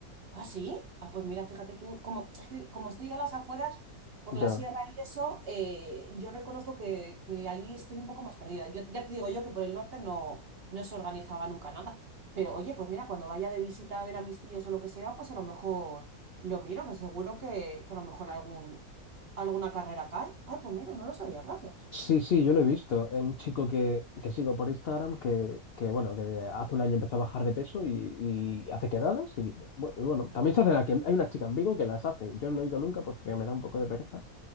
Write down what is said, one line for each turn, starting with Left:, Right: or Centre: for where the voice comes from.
Right: ¿Ah, sí? Ah, pues mira, fíjate tú, como, <laughs> como estoy a las afueras por la
Left: Ya.
Right: sierra y eso, eh, yo reconozco que, que ahí estoy un poco más perdida. Yo, ya te digo yo que por el norte no, no se organizaba nunca nada. Pero oye, pues mira, cuando vaya de visita a ver a mis tíos o lo que sea, pues a lo mejor lo miro, que seguro que, que a lo mejor algún, alguna carrera cae. Ay, pues mira, no lo sabía, gracias.
Left: Sí, sí, yo lo he visto. Es un chico que, que sigo por Instagram que, que, bueno, que hace un año empezó a bajar de peso y, y hace quedadas y bu- y bueno, también se hacen aquí. Hay una chica en Vigo que las hace. Yo no he ido nunca porque me da un poco de pereza,